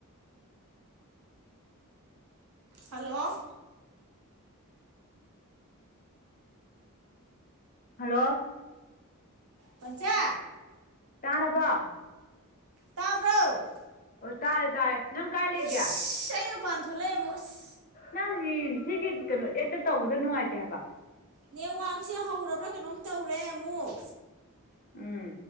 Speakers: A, on the right; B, on the left.
A: ꯍꯜꯂꯣ
B: ꯍꯜꯂꯣ
A: ꯀꯆꯥ
B: ꯇꯥꯅꯕ
A: ꯇꯥꯕ꯭ꯔꯣ
B: ꯑꯣ ꯇꯥꯔꯦ ꯇꯥꯔꯦ ꯅꯪ ꯀꯥꯏ ꯂꯩꯒꯦ
A: ꯏꯁ ꯑꯩꯅ ꯄꯥꯟ ꯊꯣꯛꯂꯦ ꯃꯣ ꯑꯁ
B: ꯅꯪꯒꯤ ꯁꯤꯒꯤ ꯀꯩꯅꯣꯗꯤꯦ ꯑꯦꯇ ꯇꯧꯕꯗꯣ ꯅꯨꯡꯉꯥꯏꯇꯦ ꯍꯥꯏꯕ
A: ꯅꯦꯠꯋꯥꯛꯁꯦ ꯍꯧꯔꯕ꯭ꯔꯥ ꯀꯩꯅꯣꯝ ꯇꯧꯔꯦ ꯑꯃꯨꯛ
B: ꯎꯝ